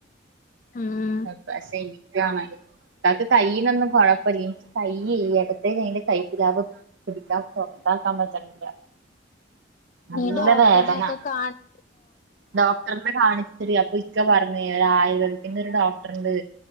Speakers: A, on the left (about 40°); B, on the right (about 65°).
A: ഉം
B: അ പശെ ഇനിക്കാണ്. ഇക്കാക്ക് കയ്യിനൊന്നും കൊഴപ്പല്ല്യ ൻക്ക് കൈയ്യേ എടത്തെ കയ്യിന്റെ കൈപ്പിലാവ് പിടിക്കാ തൊ ട്ടാക പറ്റണില്ല. നല്ല
A: നീ ഡോക്ടറിനൊക്കെ
B: വേദന
A: കാണണം
B: ഡോക്ടറിനെ കാണിച്ച അപ്പൊ ഇക്ക പറഞ്ഞേ ഒരു ആയുർവേദ ഒരു ഡോക്ടർണ്ട്